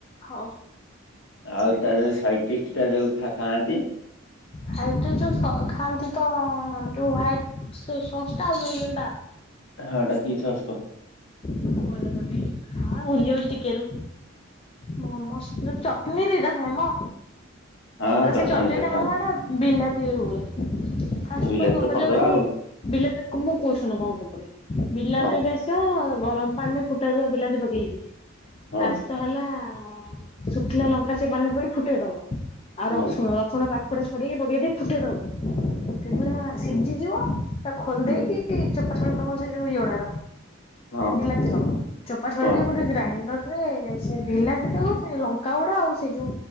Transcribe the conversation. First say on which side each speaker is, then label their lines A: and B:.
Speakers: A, on the left (about 30°); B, on the left (about 65°).
A: ହଉ।
B: ଆଉ ତାର ସାଇ ତିଷ୍ଟା ଦେଉ ଖା ଖାଆନ୍ତି।
A: ହାଇଟରେ ଯୋଉ ସ-ଖାଆନ୍ତି ତ-ଅଂ ଯୋଉ ହଟ ଶସ୍ତା ହଉ ଇଏଟା।
B: ହଁ ଡାକିଛ ଅସ୍କ।
A: କଅଣ ମନେପଡୁନି ହଁ ଭୁଲି ଯାଉଛି ଟିକେ ର ମମୋ ସେଥିରୁ ଚଟନୀ ଦିଟା ଥାଏ ମ।
B: ହଁ
A: ଆରେ
B: ଚଟଣୀ
A: ସେଇ ଚଟଣିୀ
B: ଚଟଣୀ
A: ଟା ହେଲା ଟା ବିଲାତିରି ହୁଏ। <inaudible> ଫାଷ୍ଟ
B: ବିଲାତିରେ
A: ଫ କାଉନି
B: କରିଦବା ଆଉ।
A: ବିଲାତି ମୁଁ କହୁସନ କଣ କେପଡ ବିଲାତିିନଟ
B: ହଁ
A: ଆ ଅଁ ଗରମ ପାଣିରେ ଫୁଟା ଧୁଆ ବିଲାତି ପକେଇଚି।
B: ହଁ
A: ତାଶ ତ ହେଲା ହଁ ଶୁଖିଲା ଲଙ୍କା ସେ ପାନେ ପଣି ଫୁଟେଇଦବ। ଆଉ
B: ହଁ
A: ରସୁଣ ରସୁଣ ପା କୋଡ଼ଛେ ପେଇେ କୁଟେ ଦ। <inaudible> ସେ
B: ହୁଁ
A: ପୁରା
B: ହୁଁ,
A: ସିଝିଯିବ। ଖୋଲଦେକି
B: ହୁଁ,
A: ଇ ଚୁପ୍ ଆ ତମର ସେ ଯଉ ଈଓଡାର।
B: ହଁ
A: ବିଲାତିର ଚୋପା ଛଡେ଼ଇବି
B: ହଁ
A: ଗୋଟେ ଗ୍ରାଇଣ୍ଡର ସେ ସେ ବିଲାତିଟାକୁ ସେ ଲଙ୍କା ଗୁଡା ଆଉ ସେଇ ଯୋଉ